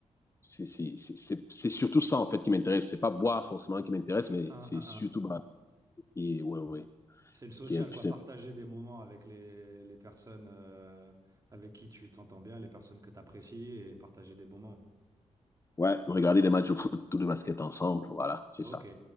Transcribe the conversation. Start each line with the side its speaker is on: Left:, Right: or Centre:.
Left: c'est, c'est, c'est, c'est c'est surtout ça, en fait, qui m'intéresse. C'est pas boire forcément qui m'intéresse, mais
Right: Un,
Left: c'est
Right: un,
Left: surtout
Right: un.
Left: bavarder. Et ouais, ouais,
Right: C'est le social,
Left: qui est le plus
Right: quoi.
Left: simple.
Right: Partager des moments avec les, les personnes euh, avec qui tu t'entends bien, les personnes que tu apprécies et partager des moments.
Left: Ouais, regarder des matchs de foot ou de basket ensemble, voilà, c'est
Right: Ok.
Left: ça,